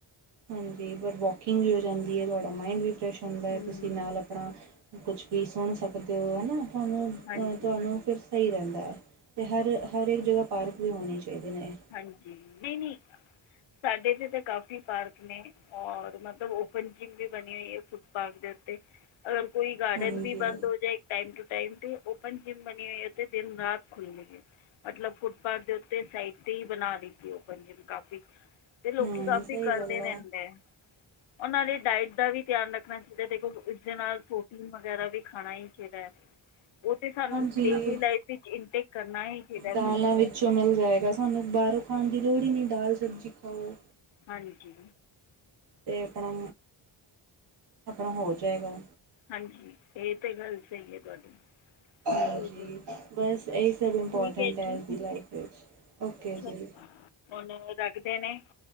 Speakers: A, on the right; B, on the left.
A: ਹਾਂਜੀ ਬਟ ਵੋਕਿੰਗ ਵੀ ਹੋ ਜਾਂਦੀ ਹੈ ਤੁਹਾਡਾ ਮਾਇੰਡ ਵੀ ਫਰੈਸ਼ ਹੁੰਦਾ ਹੈ
B: ਹੂੰ
A: ਤੁਸੀਂ ਨਾਲ ਆਪਣਾ ਕੁਛ ਵੀ ਸੁਣ ਸਕਦੇ ਹੋ ਹਨ ਨਾ ਤੁਹਾਨੂੰ ਅਹ
B: ਹਾਂਜੀ
A: ਤੁਹਾਨੂੰ ਫਿਰ ਸਹੀ ਰੈਂਦਾ ਹੈ ਅਤੇ ਹਰ ਹਰ ਇੱਕ ਜਗ੍ਹਾ ਪਾਰਕ ਵੀ ਹੋਣੇ ਚਾਈਦੇ ਨੇ।
B: ਹਾਂਜੀ ਨਹੀਂ ਨਹੀਂ ਸਾਡੇ ਏਥੇ ਤਾਂ ਕਾਫੀ ਪਾਰਕ ਨੇ। ਔਰ ਮਤਲਬ ਓਪਨ ਜਿੰਮ ਵੀ ਬਣੀ ਹੋਈ ਹੈ ਫੁੱਟਪਾਥ ਦੇ ਉੱਤੇ ਅਗਰ ਕੋਈ ਗਾਰਡਨ
A: ਹਾਂਜੀ
B: ਵੀ ਬੰਦ ਹੋ ਜਾਏ। Time to time open gym ਬਣੀ ਹੋਈ ਉੇ ਦਿਨ ਰਾਤ ਖੁੱਲਦੀ ਏ। ਮਤਲਬ ਫੁਟਪਾਥ ਦੇ ਉਤੇ ਸਈਡ ਬਣਾ ਦਿੱਤੀ ਓ ਪੰਜ ਜਵੇ ਕਾਫੀ ਤੇ ਲੋਕੀ
A: ਹਮ
B: ਕਾਫੀ
A: ਸਹੀ
B: ਕਰਦੇ
A: ਗੱਲ
B: ਰੈਂਦੇ ਆ। ਉਹਨਾਂ ਦੀ ਡਾਇਟ ਦਾ ਵੀ ਧਿਆਨ ਰੱਖਣਾ ਚਾਈਦਾ ਹੈ ਦੇਖੋ ਇਸਦੇ ਨਾਲ ਪ੍ਰੋਟੀਨ ਵਗੈਰਾ ਵੀ ਖਾਣਾ ਹੀ ਚਾਈਦਾ ਹੈ। ਉਹ ਤੇ ਸਾਨੂੰ
A: ਹਾਂਜੀ
B: ਡੇਲੀ ਲਾਈਫ ਵਿਚ ਇਨਟੇਕ ਕਰਨਾ ਹੀ ਚਾਈਦਾ
A: ਦਾਲਾਂ
B: ਕੋਚਿੰਗ
A: ਵਿੱਚੋਂ ਮਿਲ ਜਾਏਗਾ। ਤੁਹਾਨੂੰ ਬਾਰੋਂ ਖਾਣ ਦੀ ਲੋੜ ਹੀ ਨਹੀਂ ਦਾਲ ਸਬਜ਼ੀ ਖਾਓ।
B: ਹਾਂਜੀ।
A: ਅਤੇ ਆਪਣਾ ਆਪਣਾ ਹੋ ਜਾਏਗਾ।
B: ਹਾਂਜੀ ਇਹ ਤੇ ਗੱਲ ਸਹੀ ਹੈ ਤੁਹਾਡੀ
A: ਹਾਂਜੀ
B: ਬਿਲਕੁਲ
A: ਬਸ ਇਹੀ ਸਭ ਇੰਪੋਰਟੈਂਟ
B: ਠੀਕ
A: ਹੈ
B: ਜੀ
A: ਅਜ ਦੀ ਲਾਈਫ ਵਿੱਚ ਓਕੇ
B: ਚਲੋ
A: ਜੀ
B: ਹੁਣ ਰੱਖਦੇ ਨੇ